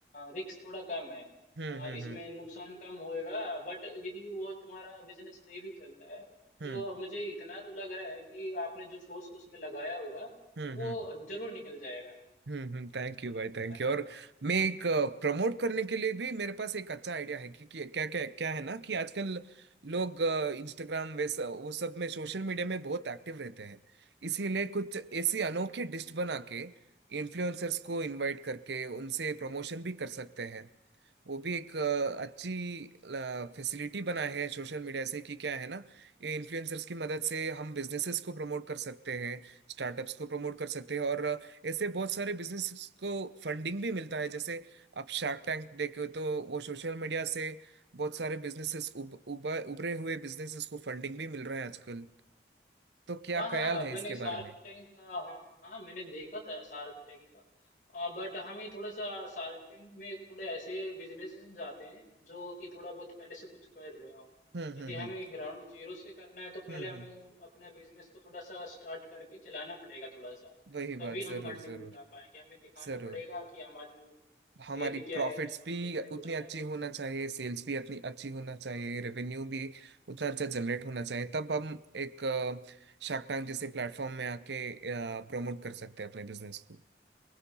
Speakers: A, on the left; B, on the right.
A: रिस्क थोड़ा कम है
B: हम्म
A: अ,
B: हम्म
A: इसमें
B: हम्म हम्म
A: नुकसान कम होएगा बट यदि वो तुम्हारा बिजनेस नहीं भी चलता है
B: हम्म
A: तो मुझे इतना तो लग रहा है कि आपने जो कॉस्ट उसमें लगाया होगा
B: हम्म
A: वो
B: हम्म
A: जरूर निकल जाएगा
B: हम्म हम्म थैंक यू भाई थैंक
A: है ना
B: यू और मैं एक प्रमोट करने के लिए भी मेरे पास एक अच्छा आइडिया है क्योंकि क्या क्या क्या है ना कि आजकल लोग इंस्टाग्राम वैसा वो सब में सोशल मीडिया में बहुत एक्टिव रहते हैं इसीलिए कुछ ऐसी अनोखी डिश बना के इन्फ्लुएंसर्स को इनवाइट करके उनसे प्रमोशन भी कर सकते हैं वो भी एक अ, अच्छी फैसिलिटी बना है सोशल मीडिया से कि क्या है ना ये इन्फ्लुएंसर्स की मदद से हम बिजनेसेस को प्रमोट कर सकते हैं स्टार्टअप्स को प्रमोट कर सकते हैं और अ, ऐसे बहुत सारे बिजनेसेस को फंडिंग भी मिलता है जैसे आप शार्क टैंक देखे तो वो सोशल मीडिया से बहुत सारे बिजनेसेस उब, उबा- उभरे हुए बिजनेसेस को फंडिंग भी मिल रहा है आजकल तो क्या
A: हाँ हाँ
B: ख्याल
A: अब
B: है
A: मैंने
B: इसके
A: शार्क
B: बारे में
A: टैंक का हाँ हाँ मैंने देखा था शार्क टैंक का बट हमें थोड़ा सा शार्क टैंक में थोड़े ऐसे बिजनेस जाते हैं जो कि थोड़ा बहुत पहले से कुछ कर रहे हो
B: हम्म
A: यदि
B: हम्म
A: हमें
B: हम्म
A: ग्राउंड जीरो से करना है तो पहले
B: हम्म
A: हमें
B: हम्म
A: अपना बिजनेस को थोड़ा सा स्टार्ट करके चलाना पड़ेगा थोड़ा सा
B: वही
A: तभी
B: बात
A: हम
B: जरूर
A: फंडिंग
B: जरूर
A: जुटा पाएंगे हमें दिखाना
B: जरूर
A: पड़ेगा कि हमारी सेल
B: हमारी
A: क्या
B: प्रॉफिट्स
A: है हम
B: भी
A: कितने ऑर्डर
B: उतनी अच्छी
A: कर
B: होना चाहिए सेल्स भी अपनी अच्छी होना चाहिए रेवेन्यू भी उतना अच्छा जनरेट होना चाहिए तब हम एक शार्क टैंक जैसे प्लेटफॉर्म में आके प्रमोट कर सकते हैं अपने बिजनेस को